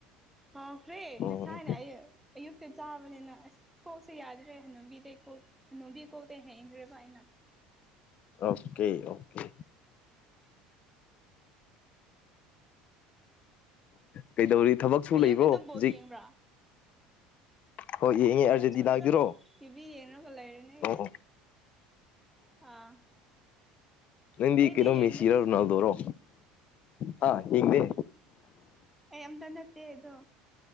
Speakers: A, in the centre; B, on the left.
A: ꯀꯥꯎꯈ꯭ꯔꯦ
B: ꯑꯣ
A: ꯉꯁꯥꯏꯅ ꯑꯩ ꯑꯌꯨꯛꯇ ꯆꯥꯕꯅꯤꯅ ꯑꯁ ꯀꯣꯁꯦ ꯌꯥꯗ ꯔꯦ ꯍꯅꯨꯕꯤꯗ ꯀꯣꯅꯨꯕꯤ ꯀꯣ ꯍ ꯔꯦ ꯥꯏꯅ
B: ꯑꯣꯀꯦ ꯑꯣꯀꯦ ꯀꯩꯗꯧꯔꯤ ꯊꯕꯛ ꯁ
A: ꯑꯌꯨꯛꯀꯤꯗꯣ
B: ꯂꯩꯕ꯭ꯔꯣ ꯍꯧꯖꯤꯛ
A: ꯕꯣꯜ ꯌꯦꯡꯕ꯭ꯔꯥ
B: ꯍꯣꯏ ꯌꯦꯡꯉꯦ
A: ꯊꯕꯛ
B: ꯑꯥꯔꯖꯦꯟꯇꯤꯅꯥꯗꯨꯔꯣ
A: ꯁꯨꯗꯦꯗ ꯇꯤꯚꯤ ꯌꯦꯡꯉꯒ ꯂꯩꯔꯦꯅꯦ ꯑꯩꯗꯤ
B: ꯑꯣ
A: ꯑꯥ
B: ꯅꯗꯤ
A: ꯑꯩꯗꯤ
B: ꯀꯩꯅꯣ
A: ꯌꯦꯡꯗꯦ
B: ꯃꯦꯁꯤꯔꯔ ꯅꯜꯗꯧꯔꯣ ꯍꯥ ꯍꯗꯦ
A: ꯑꯩ ꯑꯝꯇ ꯅꯠꯇꯦ ꯑꯗꯣ